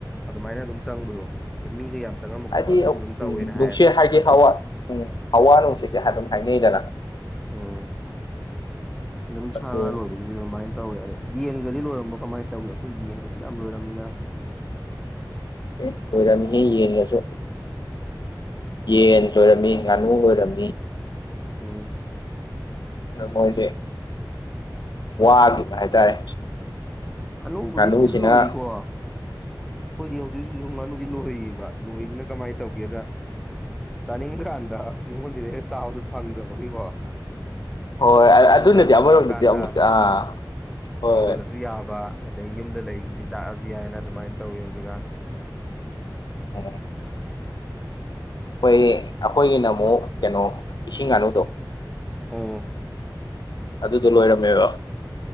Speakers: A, in the centre; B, on the left.
A: ꯑꯗꯨꯃꯥꯏꯅ ꯑꯗꯨꯝ ꯆꯪꯕꯗꯣ ꯑꯗ ꯃꯤꯒ ꯌꯥꯝ ꯆꯪꯉꯝꯕ
B: ꯍꯥꯏꯗꯤ
A: ꯈꯣꯠꯄ ꯑꯗꯨꯁꯨ ꯑꯗꯨꯝ
B: ꯎꯝ
A: ꯇꯧꯋꯦꯅ
B: ꯅꯨꯡꯁꯤꯠ
A: ꯍꯥꯏꯌꯦꯕ
B: ꯍꯥꯏꯗꯤ ꯍꯋꯥ ꯎꯝ ꯍꯋꯥ ꯅꯨꯡꯁꯤꯠ ꯑꯗꯨꯝ ꯍꯥꯏꯅꯩꯗꯅ
A: ꯎꯝ ꯑꯗꯨꯝ
B: ꯑꯗꯨ
A: ꯁꯥꯡꯉ ꯂꯣꯏꯗꯣꯏ ꯑꯗꯨꯃꯥꯏꯅ ꯇꯧꯋꯦ ꯑꯗ ꯌꯦꯟꯒꯗꯤ ꯂꯣꯏꯔꯝꯕ ꯀꯃꯥꯏꯅ ꯇꯧꯒꯦ ꯑꯩꯈꯣꯏ ꯌꯦꯟꯒꯗꯤ ꯌꯥꯝ ꯂꯣꯏꯔꯝꯃꯤꯅ
B: ꯑꯦ ꯑꯣꯏꯣꯏꯔꯝꯃꯤꯍꯦ ꯌꯦꯡꯉꯁꯨ ꯌꯦꯟ ꯂꯣꯏꯔꯝꯃꯤ ꯉꯥꯅꯨ ꯂꯣꯏꯔꯝꯃꯤ
A: ꯎꯝ
B: ꯃꯣꯏꯁꯦ ꯋꯥꯈꯤꯕ ꯍꯥꯏꯇꯥꯔꯦ
A: ꯑꯅꯧꯕꯗꯤ
B: ꯉꯥꯅꯨꯁꯤꯅ
A: ꯏꯁꯇꯤꯜ ꯂꯣꯏꯔꯤꯀꯣ ꯑꯩꯈꯣꯏꯗꯤ ꯍꯧꯖꯤꯛ ꯍꯧꯖꯤꯛꯁꯤꯁꯨ ꯍꯨ ꯉꯥꯅꯨꯗꯤ ꯂꯣꯏꯔꯤꯑꯕ ꯂꯣꯏꯒꯅ ꯀꯃꯥꯏꯅ ꯇꯧꯒꯦꯗ ꯆꯥꯅꯤꯡꯕ ꯀꯥꯟꯗ ꯃꯤꯉꯣꯟꯗꯤꯗ ꯍꯦꯟꯅ ꯆꯥꯕꯁꯨꯦ ꯐꯪꯗꯕꯒꯤꯀꯣ
B: ꯍꯣꯏ
A: ꯄꯩꯁꯥ
B: ꯑꯗꯨꯅꯗꯤ
A: ꯅꯨꯡꯁꯥ ꯆꯤꯜꯂꯛꯑꯀꯥꯟꯗ
B: ꯑꯃꯔꯣꯝꯗꯗꯤ ꯑꯃꯨꯛ ꯑꯥ ꯍꯣꯏ
A: ꯌꯣꯜꯂꯁꯤ ꯁꯨ ꯌꯥꯕ ꯑꯗꯩ ꯌꯨꯝꯗ ꯂꯩꯕꯗꯤ ꯆꯥꯔꯁꯨ ꯌꯥꯏꯅ ꯑꯗꯨꯃꯥꯏꯅ ꯇꯧꯋꯤ ꯍꯧꯖꯤꯛꯀꯥꯟ
B: ꯑꯣ ꯑꯩꯈꯣꯏ ꯑꯩꯈꯣꯏꯒꯤꯅ ꯑꯃꯨꯛ ꯀꯩꯅꯣ ꯏꯁꯤꯡ ꯉꯥꯅꯨꯗꯣ
A: ꯑꯣ
B: ꯑꯗꯨꯗꯣ ꯂꯣꯏꯔꯝꯃꯦꯕ